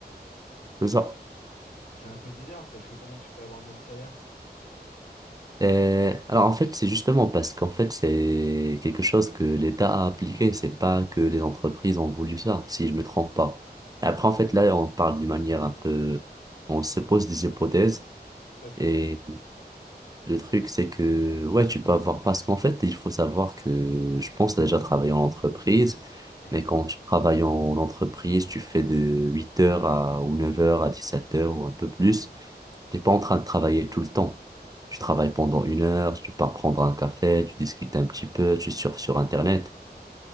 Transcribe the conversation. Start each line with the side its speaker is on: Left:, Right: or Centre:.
Right: C'est ça.
Left: Ah, C'est un peu bizarre, parce que comment tu peux avoir le même salaire?
Right: Et, alors, en fait, c'est justement parce qu'en fait, c'est quelque chose que l'État a appliqué. C'est pas que les entreprises ont voulu ça, si je me trompe pas. Après, en fait, là, on parle d'une manière un peu... On se pose des hypothèses.
Left: Tout à fait.
Right: et Le truc, c'est que, ouais, tu peux avoir, parce qu'en fait, il faut savoir que je pense déjà travailler en entreprise,
Left: Oui.
Right: mais quand tu travailles en entreprise, tu fais de 8 heures à, ou 9 heures à 17 heures ou un peu plus, t'es pas en train de travailler tout le temps. Tu travailles pendant une heure, tu pars prendre un café, tu discutes un petit peu, tu surfes sur Internet.